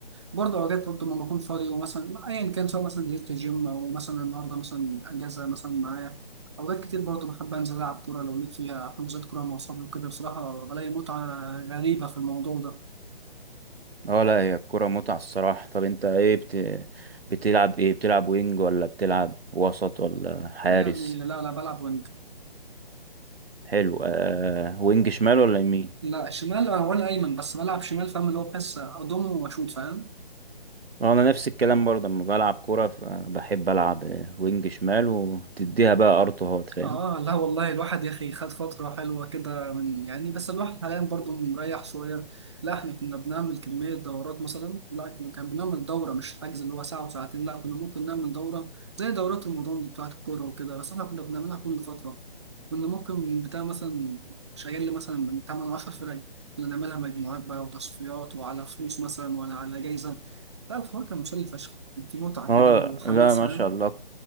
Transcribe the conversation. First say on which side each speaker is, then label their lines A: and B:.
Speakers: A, on the right; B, on the right.
A: برضو اوقات برضو لما بكون فاضي ومثلا ايا كان سواء مثلا نزلت الجيم او مثلا النهارده مثلا اجازه مثلا معايا اوقات كتير برضو بحب انزل العب كوره لو ليك فيها حجوزات كوره مع اصحابي وكده بصراحه بلاقي متعه غريبه في الموضوع ده
B: اه لا هي الكرة متعة الصراحة طب انت ايه بت... بتلعب ايه بتلعب وينج ولا بتلعب وسط ولا حارس
A: يعني لا لا بلعب وينج
B: حلو آه وينج شمال ولا يمين
A: لا الشمال ولا ايمن بس بلعب شمال فاهم اللي هو بحس اضم واشوط فاهم
B: اه انا نفس الكلام برضه لما بلعب كرة ف- بحب العب آه، وينج شمال وتديها بقى ارتوهات فاهم
A: اه لا والله الواحد يا اخي خد فترة حلوة كده من يعني بس الواحد حاليا برضو مريح شوية لا احنا كنا بنعمل كمية دورات مثلا لا احنا كان بنعمل دورة مش حجز اللي هو ساعة وساعتين لا كنا ممكن نعمل دورة زي دورات رمضان دي بتاعت الكورة وكده بس احنا كنا بنعملها كل فترة كنا ممكن بتاع مثلا شغال لي مثلا من 8 10 فرق كنا نعملها مجموعات بقى وتصفيات وعلى فلوس مثلا ولا على جايزة لا الحوار كان مسلي فشخ كان في متعة
B: اه
A: كده وحماس
B: لا ما
A: فاهم
B: شاء الله